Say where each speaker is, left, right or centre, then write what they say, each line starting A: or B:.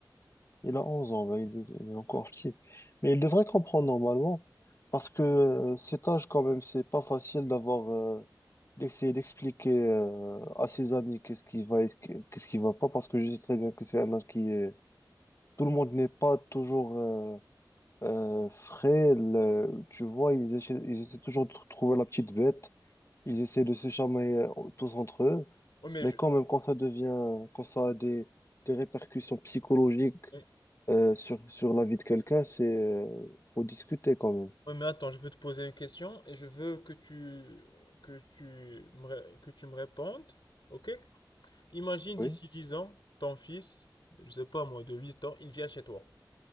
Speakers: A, on the left; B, on the left.
A: Il a 11 ans, ben, il est, il est encore petit. Mais il devrait comprendre normalement, parce que euh, cet âge quand même, c'est pas facile d'avoir, euh, d'essayer d'expliquer euh, à ses amis qu'est-ce qui va et ce qui- qu'est-ce qui va pas, parce que je sais très bien que c'est un âge qui est... Tout le monde n'est pas toujours euh, euh, frais, le- tu vois, ils essaient, ils essaient toujours de trouver la petite bête Ils essaient de se chamailler euh, tous entre eux,
B: Oui, mais
A: mais
B: je-
A: quand même, quand ça devient, quand ça a des, des répercussions psychologiques
B: oui.
A: euh, sur, sur la vie de quelqu'un, c'est, euh, faut discuter quand même.
B: Oui, mais attends, je veux te poser une question et je veux que tu que tu me, ré- que tu me répondes, ok? Imagine
A: Oui.
B: d'ici 10 ans, ton fils, je sais pas moi, de 8 ans, il vient chez toi.